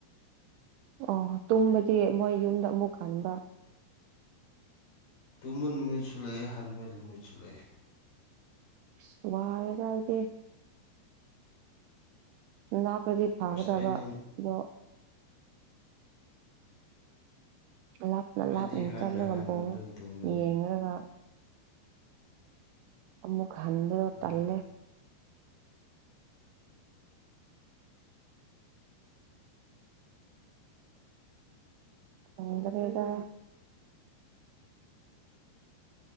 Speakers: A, on the right; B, on the left.
A: ꯑꯣ ꯇꯨꯝꯕꯗꯤ ꯃꯣꯏ ꯌꯨꯝꯗ ꯑꯃꯨꯛ ꯍꯟꯕ
B: ꯇꯨꯃꯟꯃꯤꯁ ꯂꯩ ꯍꯟꯕꯦꯜꯃꯤꯁ ꯂꯩ
A: ꯁꯋꯥꯜ ꯆꯗ ꯅꯥꯄ꯭ꯔꯗꯤ ꯐꯥꯒꯗꯕ
B: ꯑꯁ ꯑꯩꯅ
A: ꯑꯗꯣ ꯂꯥꯞꯅ
B: ꯑꯩꯗꯤ
A: ꯂꯥꯞꯅ
B: ꯍꯟꯅ
A: ꯆꯠꯂꯒ
B: ꯍꯟꯅ
A: ꯑꯃꯨꯛ
B: ꯑꯗꯨꯝ ꯇꯨꯝꯕꯅꯤ
A: ꯌꯦꯡꯉꯒ ꯑꯃꯨꯛ ꯍꯟꯗꯔꯣ
B: ꯎꯝ
A: ꯇꯜꯦ ꯍꯗ ꯄꯩꯗ